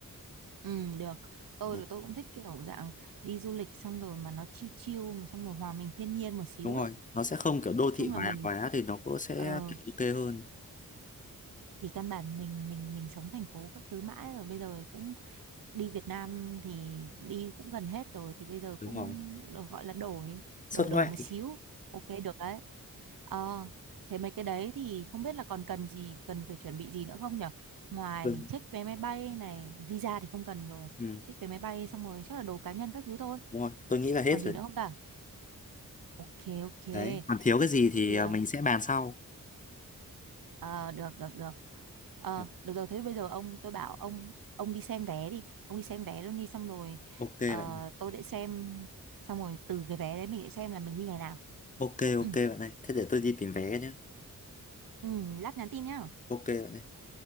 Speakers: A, on the right; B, on the left.
A: Ừ được Tôi
B: Đấy,
A: là tôi cũng thích kiểu dạng đi du lịch xong rồi mà nó chill chill mà xong rồi hòa mình thiên nhiên một xíu
B: đúng rồi
A: ấy
B: nó sẽ không kiểu đô
A: Nói chung
B: thị
A: là
B: hóa
A: mình
B: quá thì nó cũng sẽ
A: ờ,
B: kiểu ok hơn
A: thì căn bản mình mình mình sống thành phố các thứ mãi rồi bây giờ cũng đi Việt Nam thì đi cũng gần hết rồi thì bây giờ
B: đúng
A: cũng
B: rồi
A: được gọi là đổi
B: xuất
A: đổi đổi
B: ngoại
A: một xíu ok được đấy ờ thế mấy cái đấy thì không biết là còn cần gì cần phải chuẩn bị gì nữa không nhở ngoài
B: ừ.
A: check vé máy bay này visa thì không cần rồi
B: Ừ.
A: check vé máy bay xong rồi chắc là đồ cá nhân các thứ thôi
B: đúng rồi tôi nghĩ là hết
A: còn gì
B: rồi
A: nữa không ta ok ok
B: đấy còn thiếu cái gì
A: thế
B: thì
A: thì
B: à,
A: ờ,
B: mình sẽ bàn sau
A: Ờ, được được được Ờ,
B: Đấy,
A: được rồi thế bây giờ ông tôi bảo ông ông đi xem vé đi ông đi xem vé luôn đi xong rồi
B: ok
A: ờ,
B: bạn
A: tôi để xem xong rồi từ cái vé đấy mình sẽ xem là mình đi ngày nào
B: Ok ok
A: <clears throat>
B: bạn ơi, thế để tôi đi tìm vé nhé.
A: ừ, lát nhắn tin nhá
B: Ok bạn ơi.